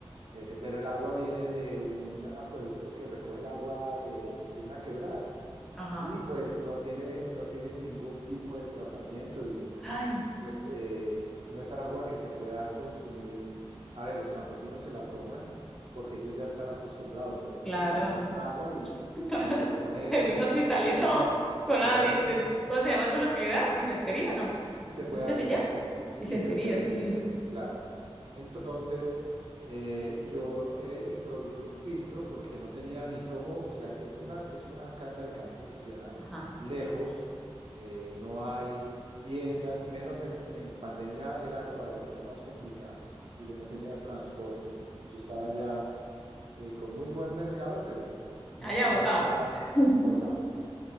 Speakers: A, on the right; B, in the centre.
A: eh, pero el agua viene de un acueducto que recoge el agua de, de una quebrada
B: Ajá.
A: y pues no tiene, no tiene ningún tipo de tratamiento y,
B: Ay,
A: y, pues eh, no es agua que se pueda consumir. A ver, los campesinos se la toman porque ellos ya están acostumbrados, pero uno
B: claro.
A: se toma esa agua y,
B: <laughs>
A: y te pone,
B: Terminó
A: te pone,
B: hospitalizado con la,
A: te pone,
B: di- dis- ¿cómo se llama eso lo que le da? Disentería, ¿no?
A: Te puede
B: ¿Cómo es que
A: dar
B: se
A: disentería,
B: llama?
A: sí,
B: Disentería,
A: te puede dar disentería,
B: sí.
A: claro. Entonces, eh, yo eh, improvisé un filtro porque no tenía ni cómo, o sea, es una, es una casa de campo que queda
B: Ajá.
A: lejos, eh, no hay tiendas y menos en, en pandemia era todavía mucho más complicado y yo no tenía transporte. Yo estaba ya eh, con muy buen mercado, pero no
B: Allá
A: tenía
B: botado. <laughs>
A: votado, sí.